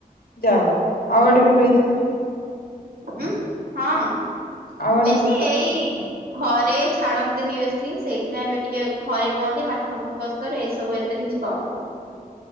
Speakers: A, on the left (about 75°); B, on the right (about 80°).
A: ଯାଅ ଆଉଆଡେ ବି ହେଇଥିବ।
B: ହୁଁ ହଁ।
A: ଆୱାର୍ଡ
B: ଆଇଛି
A: ହଁ।
B: ଏଇ ଘରେ ଛାଡନ୍ତିନି ବେଶୀ ସେଇଥିପାଇଁ ଏବେ ଟିକେ ଘରେ କୁହନ୍ତି ପାଠ ଫୋକସ କର ଏସବୁ ଏତେ କିଛି କରନା।